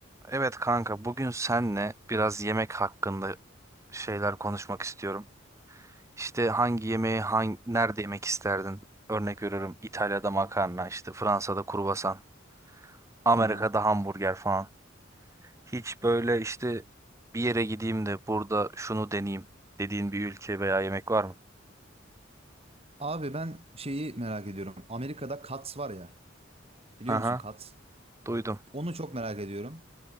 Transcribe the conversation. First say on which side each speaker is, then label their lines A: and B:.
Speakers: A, on the right; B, on the right.
A: Evet kanka bugün senle biraz yemek hakkında şeyler konuşmak istiyorum. İşte hangi yemeği hangi, nerede yemek isterdin? Örnek veriyorum İtalya'da makarna, işte Fransa'da kruvasan, Amerika'da
B: Aha.
A: hamburger falan. Hiç böyle işte bir yere gideyim de burada şunu deneyeyim dediğin bir ülke veya yemek var mı?
B: Abi ben şeyi merak ediyorum. Amerika'da Cats var ya. Biliyor
A: Aha,
B: musun Cats?
A: duydum.
B: Onu çok merak ediyorum.